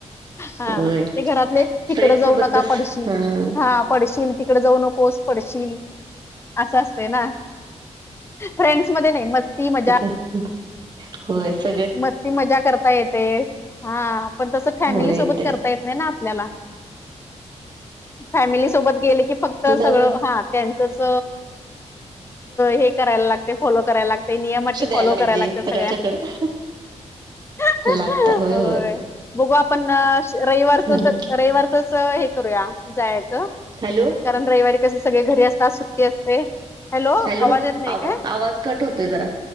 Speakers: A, on the left; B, on the right.
A: हा
B: होय
A: ते घरातले तिकड
B: फ्रेंड सोबत
A: जाऊ नका
B: तस
A: पडशील
B: हम्म
A: हा पडशील तिकड जाऊ नकोस पडशील असं असतंय ना, फ्रेंड्स मध्ये नाही मस्ती मजा
B: ्य होय स
A: मस्ती मजा करता येते. हा पण तसं फॅमिली
B: होय
A: सोबत
B: ते
A: करता येत नाही ना आपल्याला फॅमिली सोबत गेले की फक्त
B: जाऊया.
A: सगळं हा त्यां तस हे करायला लागते फॉलो करायला लागते. ते नियम
B: लक्ष
A: अट
B: द्यायला
A: फॉलो
B: पाहिजे
A: कराला लागतात
B: सगळ्याच्याकडे
A: सगळ्या हो
B: लागत होय होय
A: बघ आपण रविवारच
B: चालेल की.
A: रविवारचच करूया जायचं.
B: हॅलो,
A: कारण रविवारी कसे सगळे घरी असतात सुट्टी असते.
B: हॅलो
A: आवाज येत नाही
B: आवा
A: काय
B: आवाज कट होतोय जरा